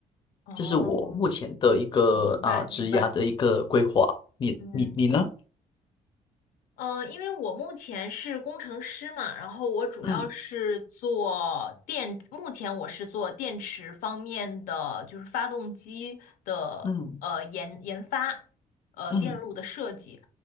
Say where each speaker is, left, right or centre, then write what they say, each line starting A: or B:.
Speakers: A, on the left; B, on the left.
A: 哦，
B: 这是我目前的一个啊、
A: 明白明白，
B: 职涯的一个规划。你你你呢？
A: 嗯呃，因为我目前是工程师嘛，然后我主要是做电，
B: 嗯
A: 目前我是做电池方面的，就是发动机的呃研研发，
B: 嗯
A: 呃电路的设计，
B: 嗯